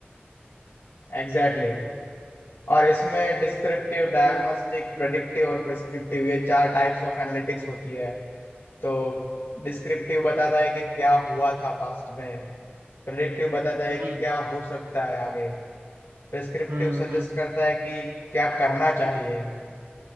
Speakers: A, on the left; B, on the right.
A: Exactly exactly. और इसमें डिस्क्रिप्टिव डायग्नोस्टिक प्रेडिक्टिव और प्रिस्क्रिप्टिव ये चार टाइप्स ऑफ एनालिटिक्स होती है तो डिस्क्रिप्टिव बताता है कि क्या हुआ था पास्ट में प्रेडिक्टिव बताता है
B: हम्म
A: कि क्या हो सकता है आगे प्रिस्क्रिप्टिव
B: हम्म
A: सजेस्ट
B: हम्म
A: करता है कि क्या करना चाहिए